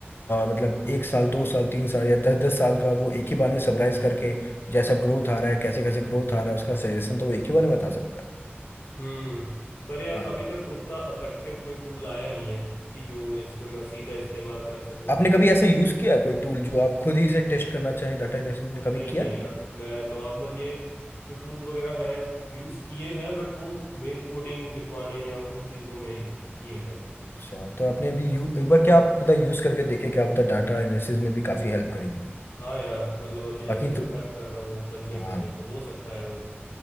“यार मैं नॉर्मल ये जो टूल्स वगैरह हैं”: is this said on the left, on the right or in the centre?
Left